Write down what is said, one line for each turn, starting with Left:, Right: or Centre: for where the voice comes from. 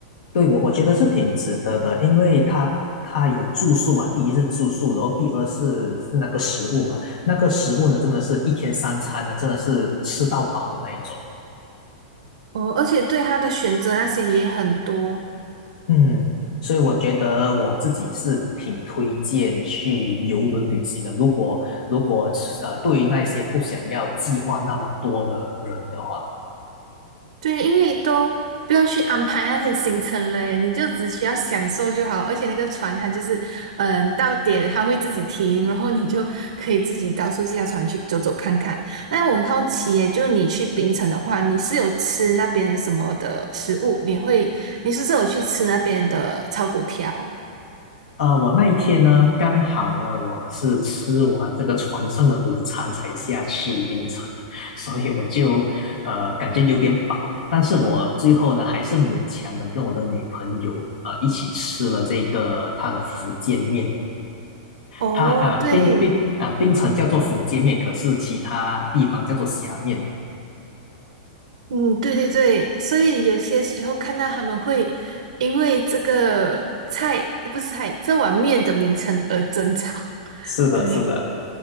Left: 对，我我觉得是挺值得的，因为它它有住宿嘛，第一是住宿，然后第二是是那个食物嘛，那个食物呢，真的是一天三餐呢，真的是吃到饱的那一种。
Right: 哦，而且对他的选择那些也很多，
Left: 嗯，所以我觉得我自己是挺推荐去游轮旅行的。如果如果呃，对于那些不想要计划那么多的人的话。
Right: 对，因为都不用去安排那些行程了，诶你就只需要享受就好。而且那个船它就是，嗯，到点它会自己停，然后你就可以自己到处下船去走走看看。那我很好奇耶，就你去冰城的话，你是有吃那边什么的食物？你会，你是不是有去吃那边的炒粿条？
Left: 呃，我那一天呢，刚好呢，我是吃完这个船上的午餐才下去槟城的 <laughs> 所以我就呃感觉有点饱，但是我最后呢，还是勉强的跟我的女朋友呃一起吃了这个她的福建面，
Right: 哦，
Left: 她呃冰冰啊冰城叫做福建面，
Right: 对，
Left: 可是其他地方叫做虾面。
Right: 嗯，对对对，所以有些时候看到他们会因为这个菜，呃不是菜，这碗面的名称而争吵，<laughs>
Left: 是的，
Right: 对，
Left: 是的。